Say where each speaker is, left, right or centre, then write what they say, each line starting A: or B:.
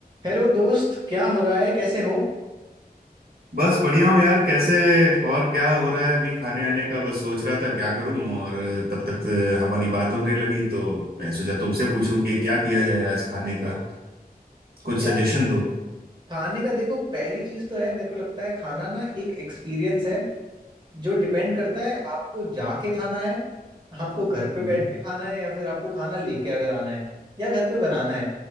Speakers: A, on the right (about 30°); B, on the right (about 70°).
A: Hello दोस्त क्या हो रहा है कैसे हो
B: बस बढ़िया हूँ यार कैसे और क्या हो रहा है अभी खाने आने का बस सोच रहा था क्या करूं और तब तक हमारी बात होने लगी तो मैं सोचा तुमसे पूछूं कि क्या किया जाए आज खाने का कुछ
A: यार
B: सजेशन दो
A: खाने का देखो पहली चीज तो है मेरे को लगता है खाना ना एक एक्सपीरियंस है जो डिपेंड करता है आपको जाके खाना है आपको घर पे
B: हम्म
A: बैठ के खाना है या फिर आपको खाना लेके अगर आना है या घर पे बनाना है